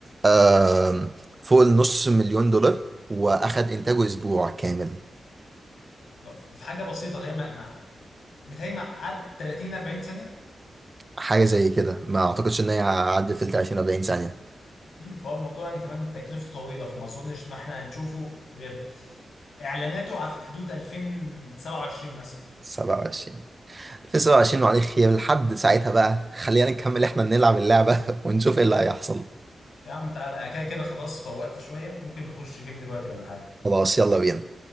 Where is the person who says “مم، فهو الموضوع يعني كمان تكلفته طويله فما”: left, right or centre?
Left